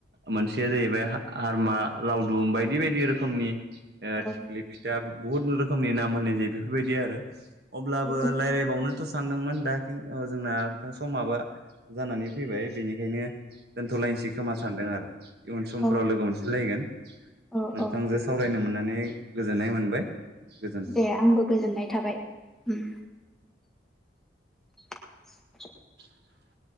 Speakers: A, on the right; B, in the centre.
A: मोनसेया जाहैबाय हार हारमा लावदुम बायदि बायदि रोखोमनि ओ
B: औ
A: थिख्लि फिथा बहुत नुनो रोखोमनि नाम होननाय जायो बेफोरबायदि आरो अब्लाबो
B: बेखौनो
A: लायरायबावनोथ'
B: जानाय जायो
A: सानदोंमोन दा जोंना नोंथां समाबा जानानै फैबाय बेनिखायनो दोन्थ'लायनोसै खोमा सानदों आरो <inaudible> इयुन समफोराव
B: आरो औ दे
A: लोगो मोनफिनलायगोन
B: औ
A: नोंथांजों
B: औ
A: सावरायनो मोनना नै गोजोननाय मोनबाय। गोजोन
B: दे आंबो गोजोननाय थाबाय ओम <inaudible>
A: <inaudible>